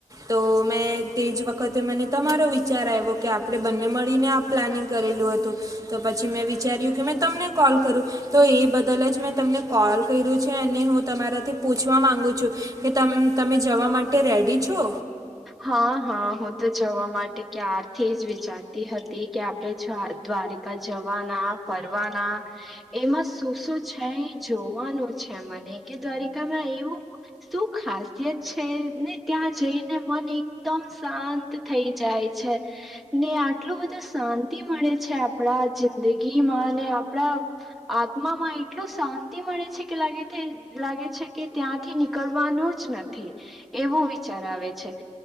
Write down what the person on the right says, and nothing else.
તો મેં તે જ વખતે મને તમારો વિચાર આવ્યો કે આપણે બંને મળીને આ પ્લાનિંગ કરેલું હતું. તો પછી મેં વિચાર્યું કે મેં તમને કોલ કરું તો એ બદલ જ મેં તમને કોલ કર્યું છે અને હું તમારા થી પૂછવા માંગુ છું કે તમ તમે જવા માટે રેડી છો?